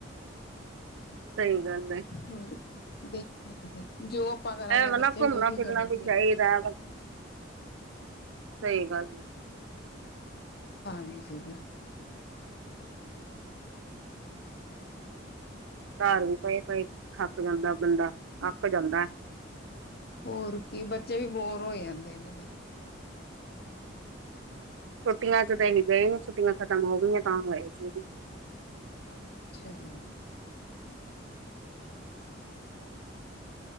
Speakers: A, on the right (about 85°); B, on the left (about 55°).
A: ਸਹੀ ਗੱਲ ਹੈ।
B: ਹੋਰ, ਦੇਖਣਾ ਬਈ ਦੇਖਣਾ ਜੋ ਕਰਾਂਗੇ
A: ਇਹ ਵਾ
B: ਬੱਚੇ
A: ਨਾ ਘੁੰਮਣਾ
B: ਵੀ ਉਹੀ
A: ਫਿਰਨਾ
B: ਕਰਨਗੇ
A: ਵੀ ਚਾਹੀਦਾ, ਸਹੀ ਗੱਲ ਹੈ।
B: ਹਾਂਜੀ।
A: ਘਰ ਵੀ ਪਏ-ਪਏ, ਥੱਕ ਜਾਂਦਾ ਬੰਦਾ, ਅੱਕ ਜਾਂਦਾ।
B: ਹੋਰ ਕੀ, ਬੱਚੇ ਵੀ ਬੋਰ ਹੋ ਜਾਂਦੇ ਨੇ। ਫਿਰ
A: ਛੁੱਟੀਆਂ ਚ' ਤਾਂ ਅਸੀ ਗਏ ਨੀ, ਛੁਟੀਆਂ ਖਤਮ ਹੋ ਗਈਆਂ, ਤਾਂ ਗਏ ਸੀ ਅਸੀ।
B: ਹਾਂ ਛੀ-